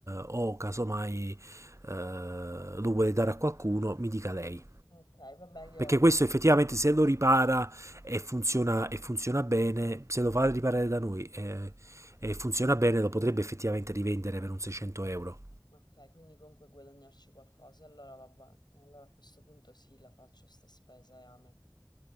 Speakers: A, on the right; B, on the left.
A: o casomai eh, lo vuole dare a qualcuno, mi dica lei.
B: Ok, vabbè, io
A: Perché
B: ora.
A: questo effettivamente se lo ripara e funziona, e funziona bene, se lo fa riparare da noi e, e funziona bene, lo potrebbe effettivamente rivendere per un 600 euro.
B: Ok, quindi comunque guadagnarci qualcosa. Allora vabbè, allora a questo punto sì, la faccio sta spesa e amen.